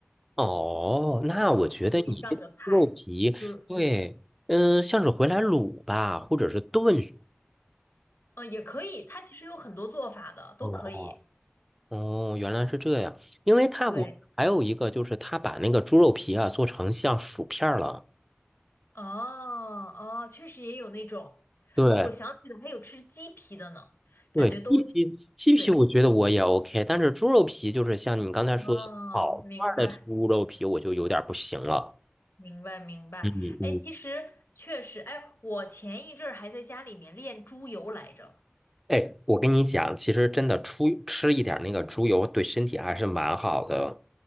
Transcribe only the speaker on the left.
也可以拌个菜，就是
嗯也可以，它其实有很多做法的，都可以。
对，哦哦，确实也有那种，
哦，我想起来还有吃鸡皮的呢，感觉都挺
对，
哦，明白。
明白明白，
哎，其实确实，哎，我前一阵儿还在家里面练猪油来着，